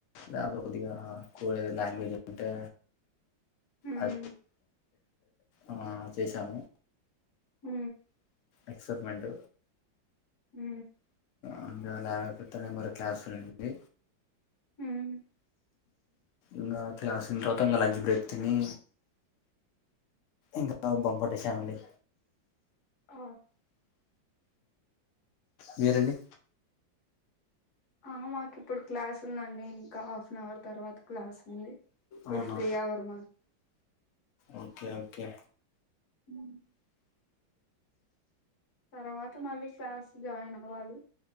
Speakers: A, on the left; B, on the left.
A: ల్యాబ్ లో కొద్దిగా కోడ్ లాంగ్వేజ్ అంటే
B: ఉమ్
A: అ ఆ చేసాను
B: హ
A: ఎక్సైట్మెంట్
B: హ
A: అందువల కొత్త నెంబర్ క్లాస్ ఉన్నింది
B: ఉమ్
A: ఇంకా క్లాస్ అయిన తర్వాత ఇంకా లంచ్ బ్రేక్ తిని ఇంకా బొంకట్టేశామండి
B: ఓ
A: మీరండి
B: ఆ మాకు ఇప్పుడు క్లాస్ ఉందండి ఇంకా హాఫ్ అన్ అవర్ తర్వాత క్లాస్ ఉంది ఇప్పుడు
A: అవునా
B: ఫ్రీ హ వార్
A: ఓకే ఓకే
B: హ తర్వాత మళ్ళీ క్లాస్ జాయిన్ అవ్వాలి